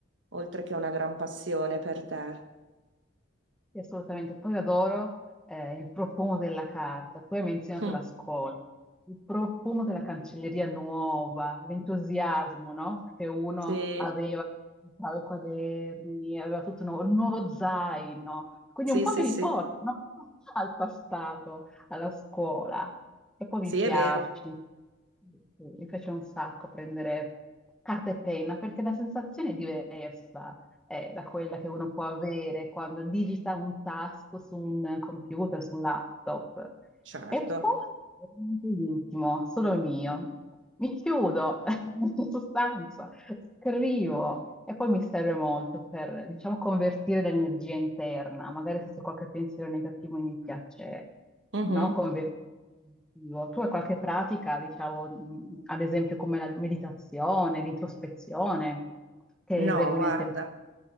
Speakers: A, on the right; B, in the centre.
A: Oltre che una gran passione per te.
B: Sì, assolutamente. Poi adoro eh, il profumo della carta. Tu hai menzionato
A: Mm.
B: la scuola, il profumo della cancelleria nuova, l'entusiasmo, no? Che uno
A: Sì,
B: aveva, aveva i quaderni, aveva tutto nuovo, un nuovo zaino. Quindi
A: sì,
B: un po'
A: sì,
B: mi
A: sì,
B: riporta, no? <laughs> Al passato, alla scuola. E poi
A: sì,
B: mi piace,
A: è vero,
B: mi piace un sacco prendere carta e penna perché la sensazione è diversa eh, da quella che uno può avere quando digita un tasto su un computer, su un laptop.
A: certo.
B: E poi veramente intimo, solo il mio. Mi chiudo <laughs> in sostanza, scrivo e poi mi serve molto per, diciamo, convertire l'energia interna. Magari se c'è qualche pensiero negativo mi piace,
A: Mhm.
B: no? Convertire. in positivo. Tu hai qualche pratica, diciamo, mh, ad esempio come la meditazione, l'introspezione, che
A: No,
B: esegui
A: guarda.
B: nel tempo?